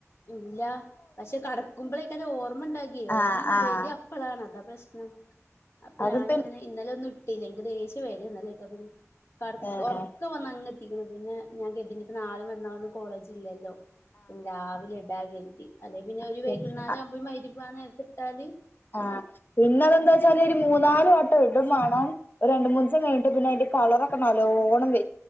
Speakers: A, on the left; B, on the left.
A: ഇല്ല പക്ഷെ കടക്കുമ്പോളേക്ക ഓർമ്മ ഉണ്ടാാക്കിയേ
B: ആഹ്
A: ഓർമ്മ
B: ആഹ്
A: വരിക അപ്പളാണ് അത പ്രശ്നം അപ്പൊ
B: അത്
A: ഞാനിങ്ങനെ
B: പിന്നെ
A: ഇന്നലെ ഒന്നും ഇട്ടില്ല എനിക്ക് ദേഷ്യം വരും ഇന്നലേ കട
B: ഏഹ്
A: ഉറക്കെ വന്ന് അങ് എത്തിക്കണം പിന്നെ ഞാൻ കരുതി നാളെയും മറ്റന്നാളൊന്നും കോളേജില്ലല്ലോ പിന്നെ രാവിലെ ഇടാകരുതി അല്ലെ പിന്നെ ഒരുര്
B: ആഹ്
A: വൈകുന്നേരം ആവുമ്പോ മഗ്രിബാ നേരത്തി ഇട്ടാല്
B: ആഹ പിന്നതെന്താ വച്ചാൽ ഇത് ഒരു മൂന്നാല് വട്ടം ഇടും വേണം രണ്ടു മൂസം കഴിഞ്ഞട്ട് പിന്നെ അതിന്റെ കളറൊക്കെ നല്ലോണം വ